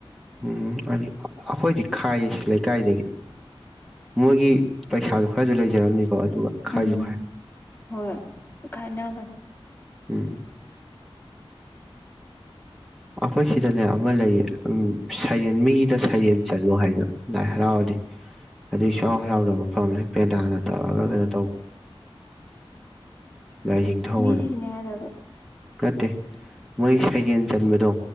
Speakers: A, in the centre; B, on the left.
A: ꯎꯝ ꯑꯗꯨ ꯑꯩꯈꯣꯏꯗꯤ ꯈꯥꯏꯌꯦ ꯁꯤ ꯂꯩꯀꯥꯏꯗꯒꯤ ꯃꯣꯏꯒꯤ ꯄꯩꯁꯥꯗꯨ ꯈꯔꯁꯨ ꯂꯩꯖꯔꯝꯅꯤꯀꯣ ꯑꯗꯨꯒ ꯈꯥꯏꯁꯨ
B: ꯎꯝ
A: ꯈꯥꯏ
B: ꯍꯣꯏ ꯈꯥꯏꯅꯕꯅꯤ
A: ꯎꯝ ꯑꯩꯈꯣꯏ ꯁꯤꯗꯅꯦ ꯑꯃ ꯂꯩꯌꯦ ꯁꯩꯔꯦꯟ ꯃꯤꯒꯤꯗ ꯁꯩꯔꯦꯟ ꯆꯠꯂꯣ ꯍꯥꯏꯗꯅ ꯂꯥꯏ ꯍꯔꯥꯎꯔꯗꯤ ꯑꯗꯨꯒꯤꯁꯨꯥꯎ ꯍꯔꯥꯎꯗꯕ ꯃꯐꯝ ꯂꯩ ꯄꯦꯟꯗꯥꯅ ꯇꯧꯔꯑꯒ ꯀꯩꯅꯣ ꯇꯧꯕ ꯂꯥꯏꯖꯅꯤꯡꯊꯧꯅ
B: ꯃꯤ ꯁꯤꯅꯦ ꯍꯥꯏꯔꯕ
A: ꯅꯠꯇꯦ ꯃꯣꯏ ꯁꯩꯖꯦꯟ ꯆꯟꯕꯗꯣ